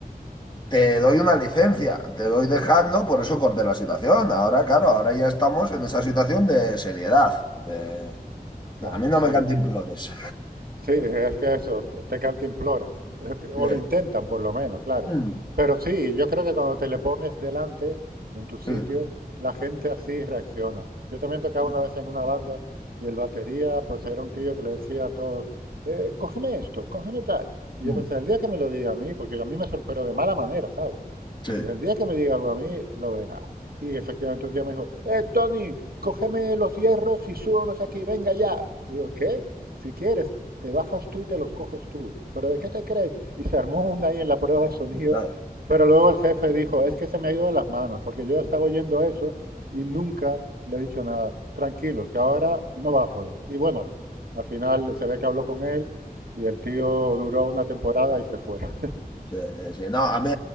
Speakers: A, on the left; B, on the right.
A: te doy una licencia, te doy dejando, por eso corté la situación. Ahora, claro, ahora ya estamos en esa situación de seriedad. de-
B: Claro,
A: a mí no
B: sí.
A: me cantimplores.
B: Sí, es que eso, te, te cantimploran, eh, te- o
A: <laughs> Sí.
B: lo intentan por lo menos, claro.
A: Mm.
B: Pero sí, yo creo que cuando te le pones delante en tu sitio,
A: Sí.
B: la gente así reacciona. Yo también tocaba
A: Sí.
B: una vez en una banda y el batería, pues era un tío que le decía a todos, "Eh, cógeme esto, cógeme tal. Y
A: Mm.
B: yo pensé, el día que me lo diga a mí, porque a mí me sorprendió, pero de mala manera, ¿sabes?
A: Sí.
B: Y el día que me diga algo a mí, lo verá. Y efectivamente un día me dijo, eh, Tony, cógeme los hierros y súbanos aquí, venga ya. Digo, ¿qué? Si quieres, te bajas tú y te los coges tú. ¿Pero de qué te crees? Y se armó una ahí en la prueba de sonido.
A: Claro.
B: Pero luego el jefe dijo, es que se me ha ido de las manos, porque yo estaba oyendo eso y nunca le he dicho nada. Tranquilos, que ahora no va a joder. Y bueno, al final se ve que habló con él y el tío duró una temporada y se fue. <laughs>
A: Sí, sí, no, a mí,